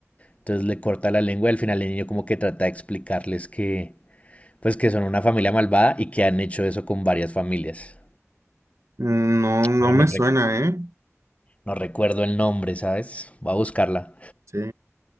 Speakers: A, on the left; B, on the right.
A: Entonces le corta la lengua y al final el niño como que trata de explicarles que, pues que son una familia malvada y que han hecho eso con varias familias.
B: No, no
A: Pero
B: me
A: no,
B: suena,
A: re-
B: ¿eh?
A: no recuerdo el nombre, ¿sabes? Voy a buscarla.
B: Sí.